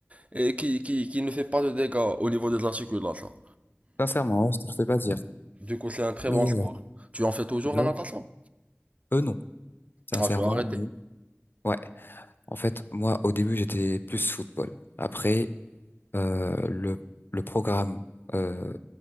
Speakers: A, on the right (about 30°); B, on the left (about 50°).
A: et qui, qui, qui ne fait pas de dégâts au niveau des articulations.
B: sincèrement, hein, je te le fais pas dire.
A: Du coup, c'est un très
B: Mais
A: bon
B: euh,
A: sport. Tu en fais toujours
B: bah
A: la natation?
B: oui. eux, non. Sincèrement,
A: Ah, tu as arrêté.
B: non. Ouais. En fait, moi, au début, j'étais plus football. Après, euh, le le programme euh,